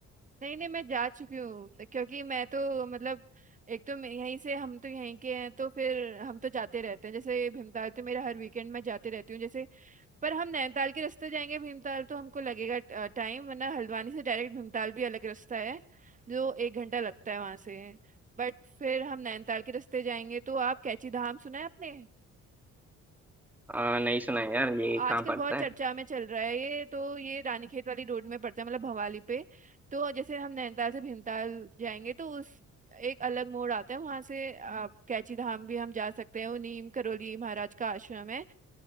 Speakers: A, on the right; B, in the centre.
A: नहीं नहीं मैं जा चुकी हूँ क्योंकि मैं तो मतलब एक तो मैं यहीं से हम तो यहीं के हैं तो फिर हम तो जाते रहते हैं जैसे भीमताल तो मेरा हर वीकेंड में जाते रहती हूँ जैसे पर हम नैनीताल के रास्ते जाएंगे भीमताल तो हमको लगेगा टाइम वरना हल्द्वानी से डायरेक्ट भीमताल भी अलग रास्ता है जो एक घंटा लगता है वहां से बट फिर हम नैनीताल के रास्ते जाएंगे तो आप कैची धाम सुना है आपने
B: अ, नहीं सुना है यार ये
A: आजकल
B: कहाँ पड़ता
A: बहुत
B: है
A: चर्चा में चल रहा है ये तो ये रानीखेत वाली रोड में पड़ता है मतलब भवाली पे तो जैसे हम नैनीताल से भीमताल जाएंगे तो उस एक अलग मोड़ आता है वहां से आप कैची धाम भी हम जा सकते हैं वो नीम करोली महाराज का आश्रम है